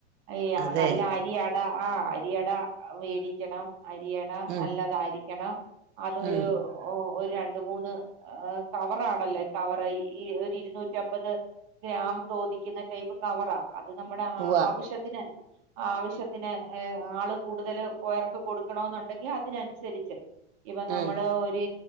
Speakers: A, on the right; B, on the right.
A: അയ്യ
B: അതെ
A: നല്ല അരിയട ആഹ് അരിയട വേവിക്കണം അരിയട
B: ഉം
A: നല്ലതായിരിക്കണം. അതൊരു
B: ഉം
A: ഓഹ് ഒരു രണ്ട് മൂന്ന്, ഈഹ് കവറാണല്ലോ കവറ്. ഈ ഒരു ഇരുന്നൂറ്റിമ്പത് ഗ്രാം തോന്നിക്കുന്ന ടൈപ്പ് കവറാ. അത് നമ്മുടെ ആ
B: ഉവ്വ
A: ആവശ്യത്തിന് ആവശ്യത്തിന് ഈഹ് ആള് കൂടുതല് ഉയർക്ക് കൊടുക്കണന്നുണ്ടെങ്കിൽ അതിനനുസരിച്ച്. ഇപ്പൊ നമ്മള്
B: ഉം
A: ഒരു